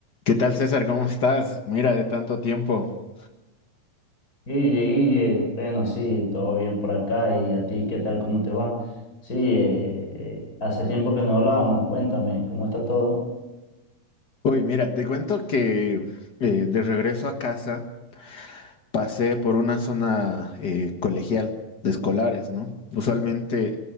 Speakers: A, on the left (about 55°); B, on the left (about 25°).
A: ¿Qué tal, César? ¿Cómo estás? Mira, de tanto tiempo.
B: Guille, Guille, bueno, sí, todo bien por acá. ¿Y a ti qué tal? ¿Cómo te va? Sí, eh, eh, hace tiempo que no hablábamos. Cuéntame, ¿cómo está todo?
A: Uy, mira, te cuento que eh, de regreso a casa pasé por una zona eh, colegial de escolares, ¿no? Usualmente